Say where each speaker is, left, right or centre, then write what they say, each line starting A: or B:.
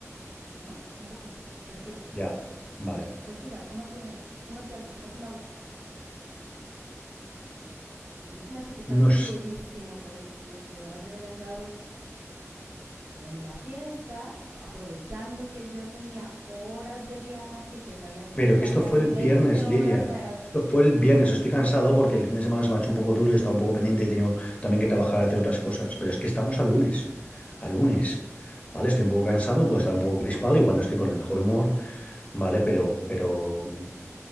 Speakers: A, on the right; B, on the left.
A: ¿no? Un poquito. Respira,
B: Ya, vale.
A: respira, tómate, tómate algo, tómate un agua. A mí se me hace que estás
B: No
A: crudísimo por es, porque has de haber andado en la fiesta, aprovechando que yo tenía horas de viaje, que sabías que
B: pero
A: iba a estar
B: que esto
A: casi
B: fue el
A: 20
B: viernes,
A: horas.
B: Lilia.
A: va-
B: Esto fue el viernes, estoy cansado porque el fin de semana se me ha hecho un poco duro y he estado un poco pendiente y he tenido también que trabajar y hacer otras cosas. Pero es que estamos a lunes, a lunes. Vale, estoy un poco cansado, puedo estar un poco crispado, igual no estoy con el mejor humor. ¿vale? Pero, pero mm,